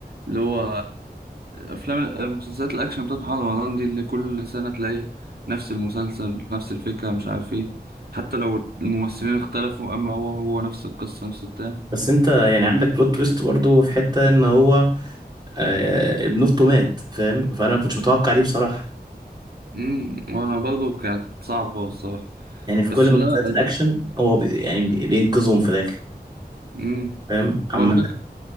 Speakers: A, on the right (about 70°); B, on the right (about 25°).
A: اللي هو افلام المسلسلات الاكشن بتاعت محمد رمضان دي اللي كل سنه تلاقي نفس المسلسل بنفس الفكره مش عارف ايه حتى لو الممثلين اختلفوا اما هو هو نفس القصه نفس بتاع
B: بس انت يعني عندك بلوت تويست برضو في حتة ان هو آه، ابن اخته مات فاهم فانا ما كنتش متوقع دي بصراحة
A: امم وانا برضه كانت صعبه الصراحه
B: يعني في
A: بس
B: كل
A: اللي
B: مسلسلات
A: انا
B: الاكشن هو بي يعني بي- بينقذهم في الاخر
A: امم
B: فاهم عامة
A: هو الفكرة